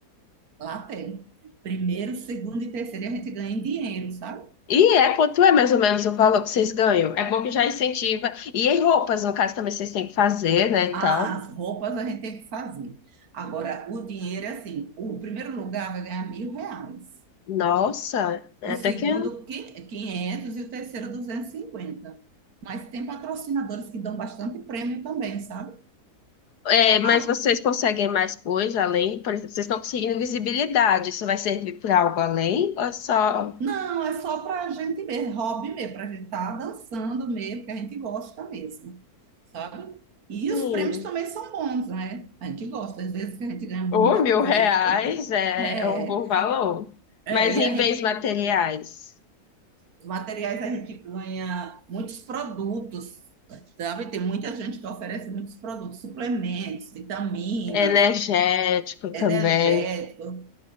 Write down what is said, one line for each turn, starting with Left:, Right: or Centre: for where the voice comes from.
Right: Lá tem. Primeiro, segundo e terceiro. E a gente ganha em dinheiro, sabe?
Left: E é quanto é mais ou menos o valor que vocês ganham? É bom que já incentiva. E em roupas, no caso, também vocês têm que fazer, né,
Right: As
Left: e tal.
Right: roupas a gente tem que fazer. Agora, o dinheiro é assim: o primeiro lugar vai ganhar mil reais,
Left: Nossa, é
Right: o
Left: até
Right: segundo,
Left: que... é
Right: qui- 500 e o terceiro, duzentos e cinquenta Mas tem patrocinadores que dão bastante prêmio também, sabe?
Left: É, mas
Right: Ai,
Left: vocês conseguem mais coisa além? Por exemplo, vocês estão conseguindo visibilidade. Isso vai servir para algo além? Ou é só,
Right: não, é só para a gente mesmo, hobby mesmo, para a gente estar dançando mesmo, porque a gente gosta mesmo, sabe? E
Left: sim,
Right: os prêmios também são bons, né? A gente gosta, às vezes a gente ganha muita
Left: ou mil
Right: coisa.
Left: reais é,
Right: É,
Left: é um bom valor.
Right: é,
Left: Mas em
Right: e a
Left: bens
Right: gente
Left: materiais,
Right: Os materiais a gente ganha muitos produtos, sabe? Tem muita gente que oferece muitos produtos, suplementos, vitaminas,
Left: energético
Right: energético,
Left: também,